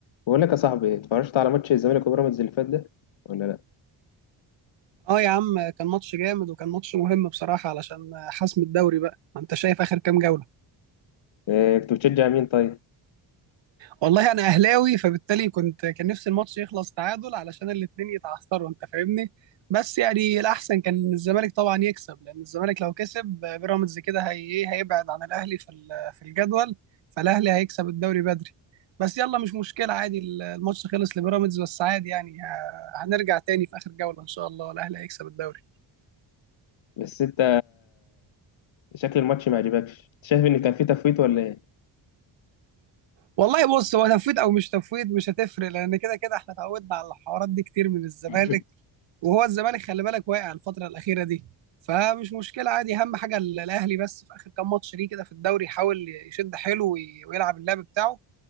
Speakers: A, on the left (about 80°); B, on the right (about 70°).
A: بقول لك يا صاحبي اتفرجت على ماتش الزمالك وبيراميدز اللي فات ده ولا لا
B: اه يا عم كان ماتش جامد وكان ماتش مهم بصراحة علشان حسم الدوري بقى ما انت شايف اخر كام جولة
A: إيه كنت بتشجع مين طيب
B: والله انا اهلاوي فبالتالي كنت كان نفسي الماتش يخلص تعادل علشان الاتنين يتعثروا انت فاهمني بس يعني الاحسن كان إن الزمالك طبعا يكسب لان الزمالك لو كسب بيراميدز كده هي إيه، هيبعد عن الاهلي في ال- في الجدول فالاهلي هيكسب الدوري بدري بس يلا مش مشكلة عادي ال- الماتش خلص لبيراميدز بس عادي يعني ه- هنرجع تاني في اخر جولة ان شاء الله الاهلي هيكسب الدوري
A: بس انت شكل الماتش ما عجبكش انت شايف ان كان في تفويت ولا ايه
B: والله بص هو تفويض او مش تفويض مش هتفرق لان كده كده احنا اتعودنا على الحوارات دي كتير من الزمالك
A: <laughs>
B: وهو الزمالك خلي بالك واقع الفتره الاخيره دي فمش مشكله عادي اهم حاجه ال- الاهلي بس في اخر كام ماتش ليه كده في الدوري يحاول يشد حيله وي- ويلعب اللعب بتاعه